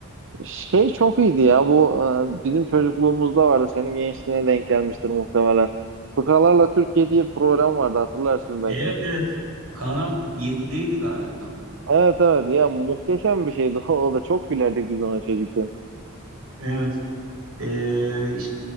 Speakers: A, on the right; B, on the right.
A: Şey çok iyiydi ya bu e, bizim çocukluğumuzda vardı senin gençliğine denk gelmiştir muhtemelen. Fıkralarla Türkiye diye bir program vardı hatırlarsın belki.
B: Evet, evet. Kanal 7'deydi galiba.
A: Evet evet ya muhteşem bir şeydi <laughs> o da çok gülerdik biz ona çocukken.
B: Evet. Ee,